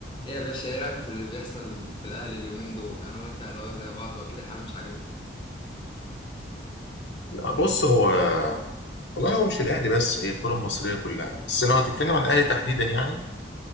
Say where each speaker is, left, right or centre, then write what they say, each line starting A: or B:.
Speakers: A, on the left; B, on the left.
A: ايه يا باشا ايه رايك في اللي بيحصل في الاهلي اليومين دول انا وانت اللي هو زي بعض واكيد الحال مش عاجبنا
B: لا بص هو والله هو مش الاهلي بس هي الكره المصريه كلها بس لو هتتكلم عن الاهلي تحديدا يعني